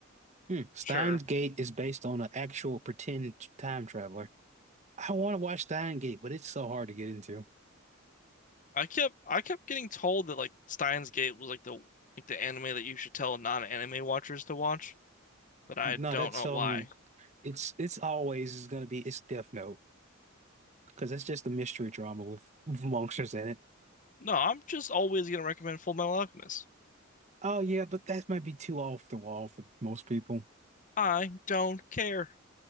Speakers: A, on the right; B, on the left.
A: Hmm. Steins
B: Sure.
A: Gate is based on an actual pretend t- time traveler. I want to watch Steins Gate, but it's so hard to get into.
B: I kept I kept getting told that like Steins Gate was like the like the anime that you should tell non-anime watchers to watch, but I
A: No,
B: don't
A: that's
B: know
A: um,
B: why.
A: it's it's always is gonna be it's Death Note. because it's just a mystery drama with, <laughs> monsters in it.
B: No, I'm just always gonna recommend Full Metal Alchemist.
A: Oh yeah, but that might be too off the wall for most people.
B: I don't care.